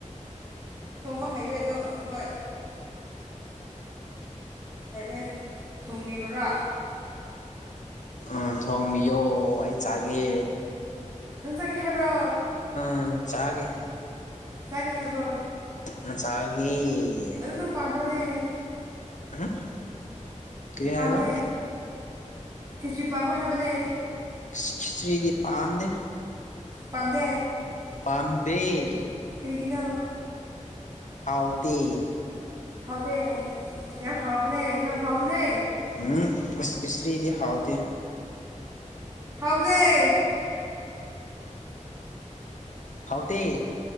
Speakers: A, on the right; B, on the left.
A: ꯊꯣꯡꯕ ꯍꯩꯌꯦ ꯑꯗꯣ ꯍꯣꯏ꯫ ꯍꯩꯔꯦ ꯊꯣꯡꯕꯤꯌꯨꯔꯥ꯫
B: ꯑ ꯊꯣꯡꯕꯤꯌꯣ ꯑꯩ ꯆꯥꯒꯦ꯫
A: ꯅꯪ ꯆꯥꯒꯦ ꯍꯥꯏꯕ꯭ꯔꯣ꯫
B: ꯑ ꯆꯥꯒꯦ꯫
A: ꯆꯥꯒꯦ ꯍꯥꯏꯕ꯭ꯔꯣ꯫
B: ꯑ ꯆꯥꯒꯦ꯫
A: ꯑꯗꯨ ꯅꯪ ꯄꯥꯝꯕ꯭ꯔꯣꯅꯦ꯫
B: <unintelligible> ꯀꯔꯤ
A: ꯄꯥꯝꯗꯦ
B: ꯍꯥꯏꯕ
A: ꯈꯦꯆꯤ ꯄꯥꯝꯕ꯭ꯔꯣ ꯍꯥꯏꯕꯅꯦ꯫
B: ꯈꯤꯆꯔꯤꯗꯤ ꯄꯥꯗꯦ꯫
A: ꯄꯥꯝꯗꯦ꯫
B: ꯄꯝꯗꯦ꯫
A: ꯀꯔꯤꯒꯤꯅꯣ꯫
B: ꯍꯥꯎꯇꯦ꯫
A: ꯍꯥꯎꯇꯦ ꯌꯥꯝ ꯍꯥꯎꯕꯅꯦ ꯌꯥꯝ ꯍꯥꯎꯕꯅꯦ꯫
B: ꯑꯨꯝ ꯑꯁ ꯀꯤꯆꯔꯤꯗꯤ ꯍꯥꯎꯇꯦ꯫
A: ꯍꯥꯎꯕꯅꯦ꯫
B: ꯍꯥꯎꯇꯦ